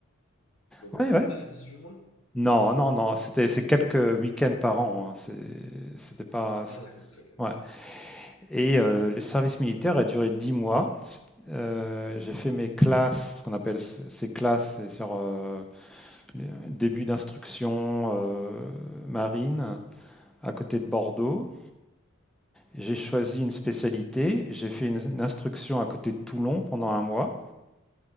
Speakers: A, on the left; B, in the centre.
A: donc
B: Ouais,
A: au total
B: ouais.
A: dix-huit mois?
B: Non, non, non, c'était c'est quelques week-ends par an. hein, c'est- C'était pas.
A: Ah d'accord, ok, ok.
B: Ouais. Et euh, le service militaire a duré dix mois. Euh, j'ai fait mes classes, ce qu'on appelle c- ces classes, c'est sur euh, début d'instruction euh, marine à côté de Bordeaux. J'ai choisi une spécialité. J'ai fait une, une instruction à côté de Toulon pendant un mois